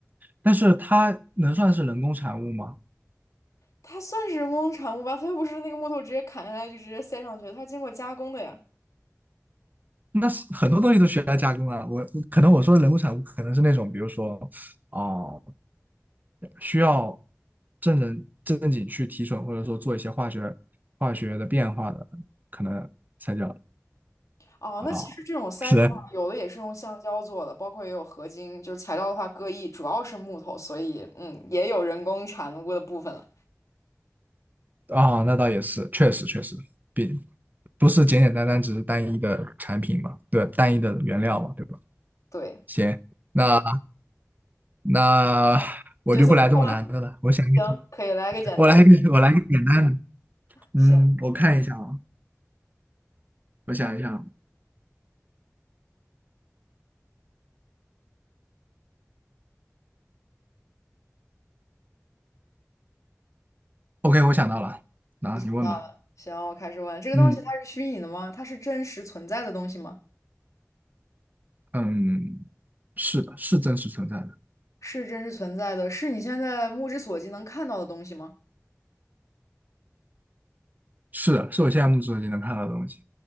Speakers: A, on the right; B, on the left.
A: 但是它能算是人工产物吗？
B: 它算是人工产物吧？它又不是那个木头直接砍下来就直接塞上去的它是经过加工的呀。
A: 那是很多东西都需要加工啊。我可能我说的人物产物，可能是那种，比如说，哦、需要正人正经去提纯，或者说做一些化学化学的变化的，可能才叫
B: 哦，
A: 啊。
B: 那其实这种塞子的话，
A: 是的，
B: 有的也是用橡胶做的，包括也有合金，就是材料的话各异，主要是木头，所以嗯，也有人工产物的部分了。
A: 啊，那倒也是，确实确实，比不是简简单单只是单一的产品嘛，对，单一的原料嘛，对吧？
B: 对，
A: 行，那那我就不来这么难的了，
B: 角色互换，<laughs>
A: 我想一个，
B: 行，可以来个简单的。
A: 我来一个，我来一个简单的，嗯，
B: 行，
A: 我看一下啊。我想一想，OK，我想到了，然后你问吧。
B: 那行，我开始问，这个东西它是虚拟的吗？
A: 嗯
B: 它是真实存在的东西吗？
A: 嗯，是的，是真实存在的，
B: 是真实存在的，是你现在目之所及能看到的东西吗？
A: 是的，是我现在目所及能看到的东西。